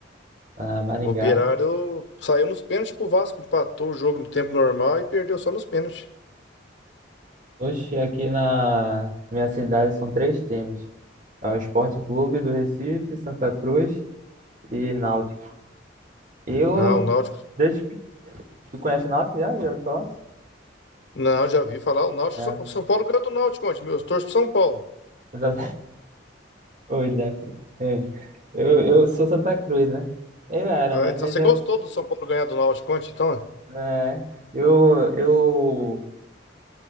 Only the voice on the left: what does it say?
O Operário saiu nos pênaltis pro Vasco, empatou o jogo no tempo normal e perdeu só nos pênaltis.
Ah, o Náutico.
Não, já vi falar. O Náutico.
O
São Paulo ganhou do Náutico ontem, meu. Eu torço pro São Paulo.
Ah,
então
você
gostou do São Paulo ganhar do Náutico ontem, então?